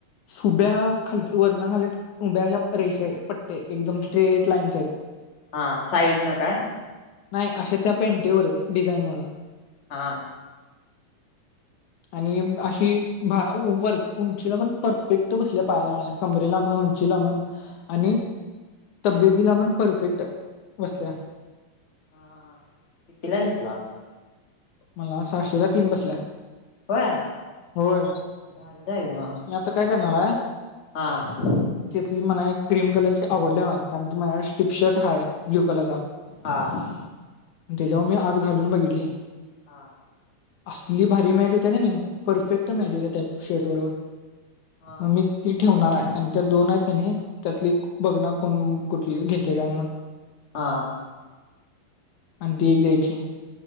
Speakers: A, on the left; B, on the left.
A: उभ्यां खाली वरनखांली उभ्यां अशा रेषा पट्ट्यां आहेतं एकदंम स्ट्रेट लाईन्स आहेतं
B: हां साईड नं कायं
A: नाहीं अशा त्यां पेंटिवरच डिझाईन म्हणूंन
B: हां
A: आणि अशी वरं उंचीला पणं परफेक्ट बसल्यां पायांला माझ्या कमरे लां म्हंण उंची लां म्हंण आणि तब्येतीला पणं परफेक्टं बसल्यां
B: हां हां हां कितीलां घेतलांस
A: मलां सहाशेला तीनं बसल्यां
B: होय
A: होय
B: <unintelligible>
A: आता काय करणार हाय?
B: अं
A: तिथली मला एक क्रीम कलर ची आवडली मला. कारण तो माझ्याकड टिपशर्ट हाय ब्ल्यू कलरचा.
B: हा हा
A: त्याच्यावर मी आज घालून बघितली.
B: हा
A: असली भारी मॅच होत्या का नाही, परफेक्ट मॅच होत्या त्या शर्ट बरोबर
B: हा
A: मग मी ती ठेवणार आहे. आणि त्या दोन आहेत की नाही त्यातली बघणार कोण कुठली घेतय काय म्हणून
B: हं
A: आणि ती एक द्यायची.